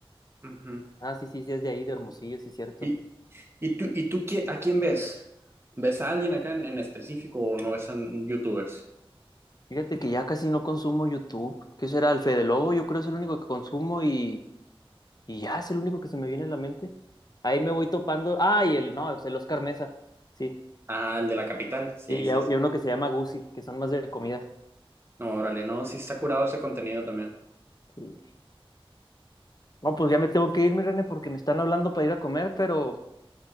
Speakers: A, on the right; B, on the left.
A: Ujú.
B: Ah, sí, sí, sí, es de ahí, de Hermosillo, sí, cierto.
A: Y, ¿Y tú, y tú qui- a quién ves? ¿Ves a alguien acá en, en específico o no ves a youtubers?
B: Fíjate que ya casi no consumo YouTube. ¿Qué será? El Fede Lobo, yo creo es el único que consumo y Y ya es el único que se me viene a la mente. Ahí me voy topando. Ah, y el, no, es el Oscar Mesa. Sí.
A: Ah, el de la capital. Sí,
B: Sí, y,
A: sí,
B: a-
A: sí.
B: y a uno que se llama Gusi, que son más de comida.
A: No, órale, no, sí está curado ese contenido también.
B: Sí. No, pues ya me tengo que irme, René, porque me están hablando para ir a comer, pero